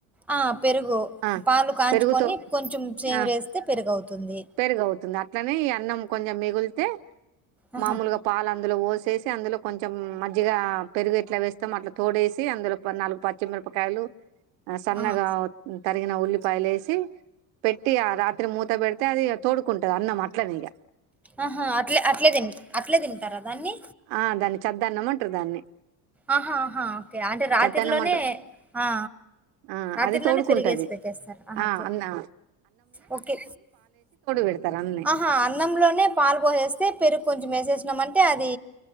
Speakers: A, in the centre; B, on the right.
A: ఆ పెరుగు
B: ఆ
A: పాలు కాంచుకొని
B: పెరుగుతో
A: కొంచెం చేవిరేస్తే
B: ఆ
A: పెరుగవుతుంది
B: పెరుగు అవుతుంది అట్లనే ఈ అన్నం కొంచెం మిగులితే
A: ఆహా
B: మామూలుగా పాలు అందులో పోసేసి అందులో కొంచెం మజిగా పెరుగు ఇట్లా వేస్తాం అట్లా తోడేసి అందులో నాలుగు పచ్చిమిరపకాయలు సన్నగా
A: ఆహా
B: తరిగిన ఉల్లిపాయలేసి పెట్టి ఆ రాత్రి మూత పెడి తే అది తోడుకుంటది అన్నం అట్లనేక
A: ఆహా అట్లే అట్లే తి అట్లే తింటారా దాన్ని
B: ఆ దాన్ని చద్దన్నం అంటారు దాన్ని
A: ఆహాహా ఓకే అంటే రాత్రిలోనే
B: చద్దన్నం అంటారు
A: ఆ
B: ఆ
A: రాత్రిలోనే
B: అది తోడుకుంటది
A: పెరిగేసి పెట్టేస్తారు ఆహా
B: ఆ
A: తో
B: అన్నా
A: ఓకే
B: పెడతారు అన్నే
A: ఆహా అన్నంలోనే పాలు పోసేస్తే పెరుగు కొంచెం వేసేసినామంటే అది